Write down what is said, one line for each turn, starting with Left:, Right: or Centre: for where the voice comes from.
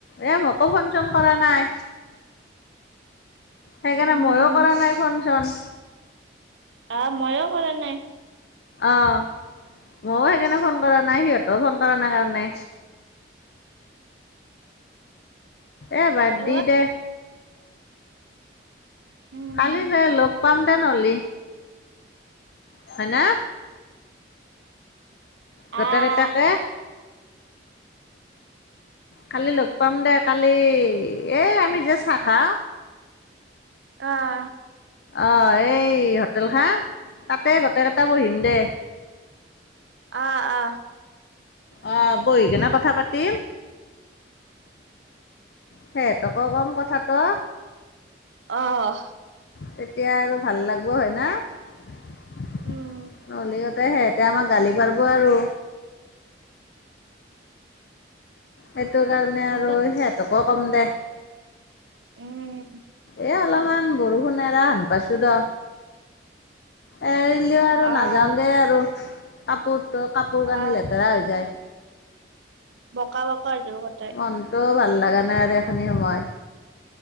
Left: এই মোকো ফোন চোন কৰা নাই। সেইকাৰণে
Right: উম
Left: মইয় কৰা নাই ফোন চোন।
Right: অ', ময়ো কৰা নাই।
Left: অ', ময়ো সেইকাৰণে ফোন কৰা নাই সিহঁতেও ফোন কৰা নাই কাৰণে। এ, বাদ
Right: অ
Left: দি দে।
Right: উম
Left: কালি যাই লগ পাম দে নহলি। হয়নে? গোটেকিটাকে।
Right: আহ
Left: কালি লগ পাম দে কালি। এই আমি যে চাহ খাওঁ
Right: অ'।
Left: অ', এই হোটেল খান, তাতে গোটেই কেইটা বহিম দে।
Right: আ আ
Left: অ বহি কেনে কথা পাতিম সিহঁতকো কম কথাটো
Right: অহ
Left: তেতিয়া আৰু ভাল লাগব হয় না নহলে
Right: উম
Left: আৰ ত সেহেতে আমাক গালি পাৰব আৰু সেইটো কাৰণে
Right: হেল্ল'
Left: আৰু সেহঁতকো কম দে।
Right: উম
Left: এ অলমান বৰষুণ এৰা হেন পাইছো দ এৰিলেও আৰু
Right: আহ
Left: নাযাও দেই আৰু কাপোৰ ত কাপোৰ কানি
Right: আহ
Left: লেতেৰা হৈ যায়।
Right: বকা বকা হই যাব গটাই।
Left: মনটোও ভাল লাগা নাই আৰু এইখিনি সময়ত।